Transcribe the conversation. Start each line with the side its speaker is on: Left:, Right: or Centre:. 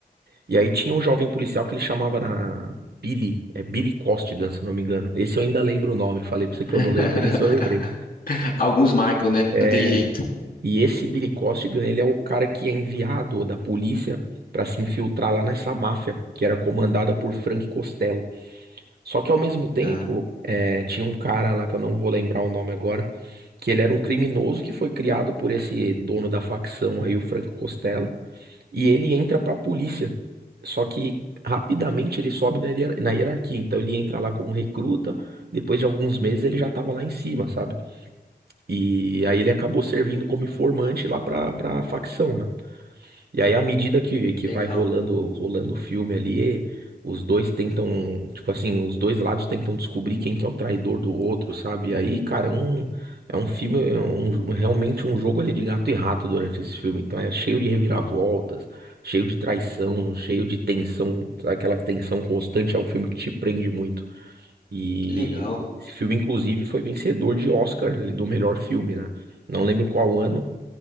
Right: E aí tinha um jovem policial que ele chamava na- Billy, é Billy Costigan, se eu não me engano. Esse eu ainda lembro o nome, falei pra
Left: <laughs>
Right: você que eu não lembro, mas esse eu lembrei.
Left: Alguns marcam, né?
Right: É,
Left: Não tem jeito.
Right: e esse Billy Costigan, ele é o cara que é enviado da polícia para se infiltrar lá nessa máfia, que era comandada por Frank Costello. Só que ao mesmo tempo,
Left: Tá,
Right: é, tinha um cara lá que eu não vou lembrar o nome agora, que ele era um criminoso que foi criado por esse dono da facção aí, o Franco Costello, e ele entra pra polícia. Só que rapidamente ele sobe na hier- na hierarquia, então ele entra lá como recruta, depois de alguns meses ele já tava lá em cima, sabe? E aí ele acabou servindo como informante lá pra, pra facção, né? E aí, à medida que, que
Left: legal,
Right: vai rolando, rolando o filme ali, os dois tentam, tipo assim, os dois lados tentam descobrir quem que é o traidor do outro, sabe? E aí, cara, é um, é um filme, é um- realmente um jogo ali de gato e rato durante esse filme. Então é cheio de reviravoltas, cheio de traição, cheio de tensão, aquela tensão constante. É um filme que te prende muito. E
Left: que legal.
Right: esse filme, inclusive, foi vencedor de Oscar, ele, do melhor filme, né? Não lembro qual ano,